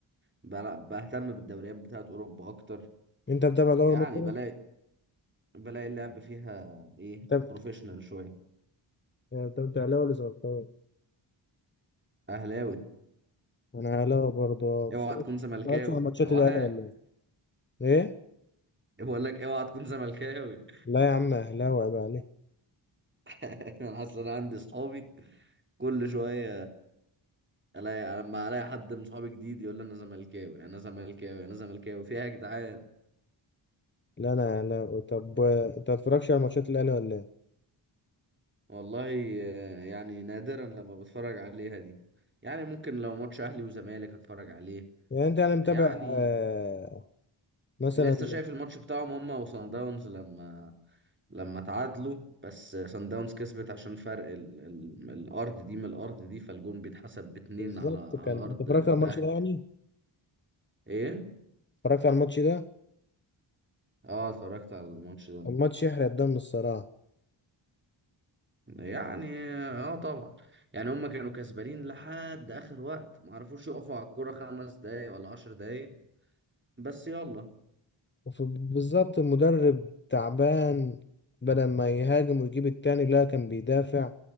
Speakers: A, on the right; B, on the left.
A: بلا- بهتم بالدوريات بتاعت اوروبا اكتر
B: انت متابع دوري
A: يعني
B: مصر
A: بلاقي بلاقي اللعب فيها ايه
B: متابع
A: بروفيشنال شويه
B: انت انت اهلاوي ولا زملكاوي
A: اهلاوي
B: انا اهلاوي برضو آه. بتفرجش
A: اوعى تكون زملكاوي
B: بتفرجش على ماتشات
A: اوعى
B: الاهلي ولا ايه ايه
A: بقول لك اوعى تكون زملكاوي
B: لا يا عم اهلاوي عيب عليك
A: <laughs> انا اصلا عندي صحابي كل شويه الاقي لما الاقي حد من صحابي جديد يقول لي انا زملكاوي انا زملكاوي انا زملكاوي فيها يا جدعان
B: لا انا اهلاوي طب آه، انت ما بتتفرجش على ماتشات الاهلي ولا إيه؟
A: والله آه، يعني نادرا لما بتفرج عليها دي يعني ممكن لو ماتش اهلي وزمالك اتفرج عليه
B: يعني انت يعني متابع
A: يعني
B: آه مثلا
A: لسه شايف الماتش بتاعهم هما وصن داونز لما لما تعادلوا بس صن داونز كسبت عشان فرق ال... ال... الارض دي من الارض دي فالجون بيتحسب باتنين
B: بالظبط
A: على على
B: كان
A: ارض
B: انت اتفرجت
A: الاهلي
B: على الماتش ده يعني
A: يعني ايه
B: اتفرجت على الماتش ده
A: اه اتفرجت على الماتش ده
B: الماتش يحرق الدم الصراحة
A: يعني اه طبعا يعني هم كانوا كسبانين لحد اخر وقت ما عرفوش يقفوا على الكرة خمس دقايق ولا عشر دقايق بس يلا
B: وف- بالظبط المدرب تعبان بدل ما يهاجم ويجيب التاني لا كان بيدافع